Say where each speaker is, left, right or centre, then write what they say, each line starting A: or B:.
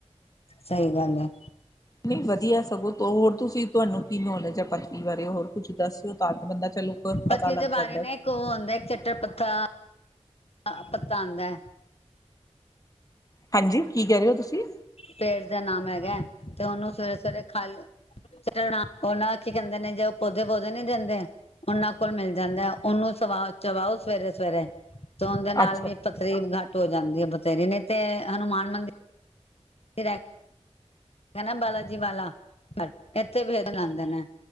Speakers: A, on the left; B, on the left.
A: ਸਹੀ ਗੱਲ ਹੈ।
B: ਨਹੀਂ ਵਧੀਆ ਸਗੋਂ- ਹੋਰ ਤੁਸੀਂ ਤੁਹਾਨੂੰ ਕੀ ਨੌਲੇਜ ਹੈ ਪਥਰੀ ਬਾਰੇ ਹੋਰ ਕੁੱਝ ਦੱਸਿਓ ਤਾਂ ਤਾਂ ਬੰਦਾ ਚਲੋ
A: ਪੱਥੇ
B: ਪਤਾ ਲੱਗ
A: ਦੇ ਬਾਰੇ
B: ਜਾਂਦਾ
A: ਨਾ ਇੱਕ ਉਹ ਆਉਂਦਾ ਇੱਕ ਚੱਟਟਰ ਪੱਥਾ- ਪਤਾ ਆਦਾ।
B: ਹਾਂਜੀ ਕੀ ਕਹਿ ਰਹੇ ਹੋ ਤੁਸੀਂ?
A: ਪੇਸਟ ਦਾ ਨਾਮ ਹੈਗਾ। ਤੇ ਉਹਨੂੰ ਸਵੇਰੇ- ਸਵੇਰੇ ਖਾਲੀ ਚਟ ਉਹਨਾ ਕੀ ਕਹਿੰਦੇ ਨੇ ਜੇ ਉਹ ਪੌਦੇ-ਪੌਦੇ ਨੀ ਦਿੰਦੇ ਉਹਨਾਂ ਕੋਲ ਮਿਲ ਜਾਂਦਾ। ਉਹਨੂੰ ਸਵਾ ਚਵਾਓ ਸਵੇਰੇ-ਸਵੇਰੇ। ਦੇ ਉਹਦੈ ਨਾਲ
B: ਅੱਛਾ
A: ਵੀ ਪਥਰੀੱ ਹੋ ਜਾਂਦੀ ਹੈ ਬਥੇਰੇ ਨੇ ਤੇ ਹਨੂੰਮਾਨ ਮੰਦਿਰ- ਫਿਰ- ਨਾ ਬਾਲਾਜੀੀ ਵਾਲਾ ਪਰ ਇੱਥੇ ਫੇਰੇ ਲਾੰਣਦੇ ਨੇ-